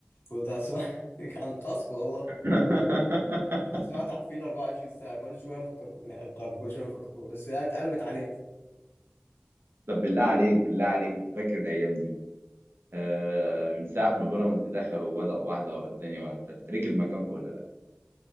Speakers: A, on the left; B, on the right.
A: كنت هتسمع <laughs> انقذكم والله
B: <laughs>
A: كنت اسمعها تحفيل 24 ساعه كل شويه نفكركم القرن كل شويه نفكركم الساعه اتقلبت علينا
B: طب بالله عليك بالله عليك انت فاكر الايام دي آه، من ساعة ما بيراميدز دخلوا وبدأوا واحدة ورا التانية ورا التالتة ركب مكانكم ولا لا؟